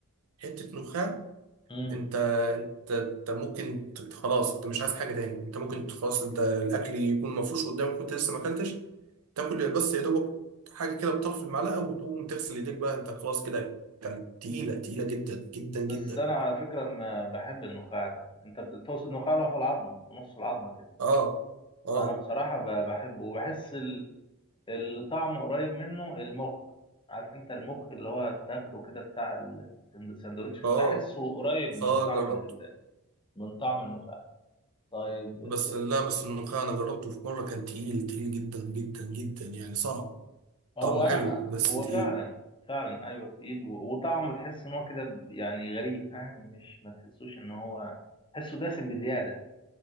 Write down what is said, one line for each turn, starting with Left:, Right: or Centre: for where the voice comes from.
Right: حته نخاع
Left: امم
Right: انت انت انت ممكن ت- خلاص انت مش عايز حاجه تاني انت ممكن ت- خلاص انت الاكل يكون مفروش قدامك وانت لسه ما اكلتش تاكل بس يا دوبك حاجه كده بطرف المعلقه وتقوم تغسل ايديك بقى انت خلاص كده كانت تقيله تقيله جدا جدا جدا
Left: بس انا على فكره ما بحب النخاع ده انت بتوصل النخاع له في العظم في نص العظمه كده
Right: اه اه
Left: انا بصراحه ب- بحبه وبحس اللي طعمه قريب منه المخ عارف انت المخ اللي هو تاخده كده بتاع السندوتش
Right: اه
Left: بحسه قريب من
Right: اه
Left: طعم
Right: جربته
Left: ال... من طعم النخاع طيب
Right: بس
Left: ف-
Right: لا بس الملوخيه انا جربته في مره كان تقيل تقيل جدا جدا جدا يعني صعب
Left: هو
Right: طعمه
Left: انا
Right: حلو
Left: ما...
Right: بس
Left: هو
Right: تقيل
Left: فعلا فعلا ايوه تقيل و... وطعمه تحس ان هو كده ب- يعني غريب فاهم مش ما تحسوش ان هو تحسه دسم بزياده